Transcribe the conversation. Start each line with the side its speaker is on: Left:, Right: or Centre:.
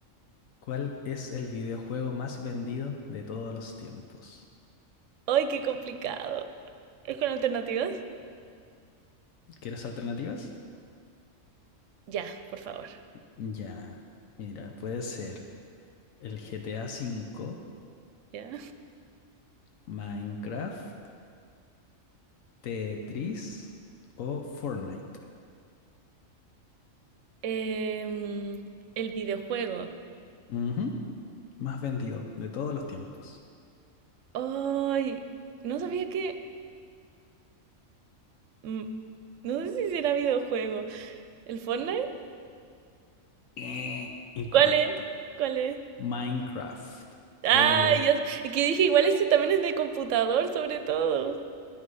Left: ¿cuál es el videojuego más vendido de todos los tiempos?
Right: ¡Ay, qué complicado! ¿Es con alternativas?
Left: ¿Quieres alternativas?
Right: Ya, por favor.
Left: Ya, mira, puede ser el GTA V,
Right: Ya.
Left: Minecraft, Tetris o Fortnite.
Right: Em, el videojuego.
Left: Ujú, Más vendido de todos los tiempos.
Right: ¡Ay! No sabía que... mm, No sé si será videojuego. ¿El Fortnite?
Left: Eh, incorrecto.
Right: ¿Cuál es? ¿Cuál es?
Left: Minecraft,
Right: Ah,
Left: obvio.
Right: yo que dije, igual ese también es de computador, sobre todo.